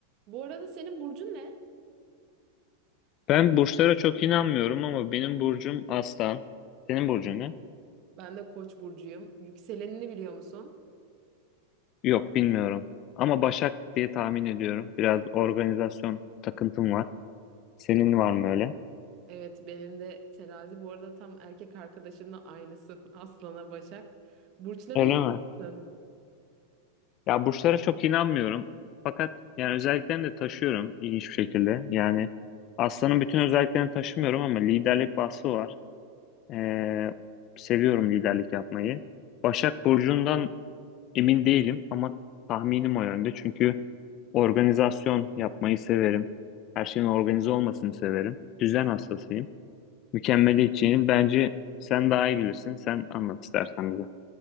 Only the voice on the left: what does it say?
Ben burçlara çok inanmıyorum ama benim burcum Aslan. Senin burcun ne?
Yok bilmiyorum. Ama Başak diye tahmin ediyorum. Biraz organizasyon takıntım var. Senin var mı öyle?
Öyle
mi? Ya burçlara çok inanmıyorum. Fakat yani özelliklerini de taşıyorum ilginç bir şekilde. Yani Aslan'ın bütün özelliklerini taşımıyorum ama liderlik vasfı var. Ee, seviyorum liderlik yapmayı. Başak burcundan emin değilim ama tahminim o yönde. Çünkü Organizasyon yapmayı severim. Her şeyin organize olmasını severim. Düzen hastasıyım. Mükemmeliyetçiyim. Bence sen daha iyi bilirsin. Sen anlat istersen bize.